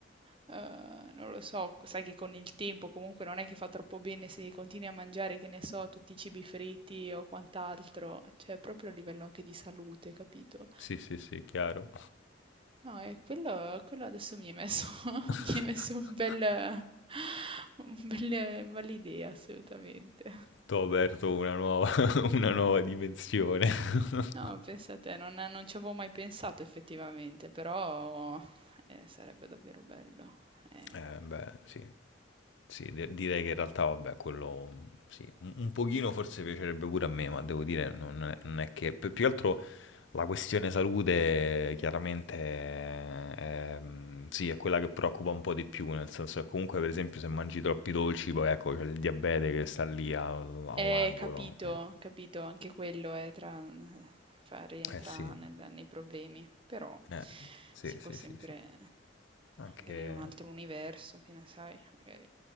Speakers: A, on the right; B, on the left.
A: Eh, non lo so, sai che con il tempo comunque non è che fa troppo bene se continui a mangiare, che ne so, tutti i cibi fritti o quant'altro, cioè proprio a livello anche di salute, capito?
B: Sì, sì, sì, sì, chiaro.
A: No, e quello, quello adesso mi è messo, <laughs>
B: <laughs>
A: mi è messo un bel, un bel, bell'idea, assolutamente.
B: T'ho aperto una nuova, <laughs> una nuova dimensione. <laughs>
A: No, pensate, non, non ci avevo mai pensato effettivamente, però eh, sarebbe davvero bello. Eh.
B: Eh, beh, sì. Sì, de- direi che in realtà, vabbè, quello sì, un, un pochino forse piacerebbe pure a me, ma devo dire, non è, non è che... pi- Più che altro la questione salute chiaramente è, mm, sì, è quella che preoccupa un po' di più, nel senso che comunque, per esempio, se mangi troppi dolci, poi ecco, c'è il diabete che sta lì al- all'angolo.
A: Eh, capito,
B: Eh,
A: capito, anche quello è tra, fa- rientra
B: Eh, sì,
A: nel- nei problemi, però
B: eh, sì,
A: si
B: sì,
A: può sempre,
B: sì, sì. Anche...
A: magari in un altro universo, che ne sai, magari.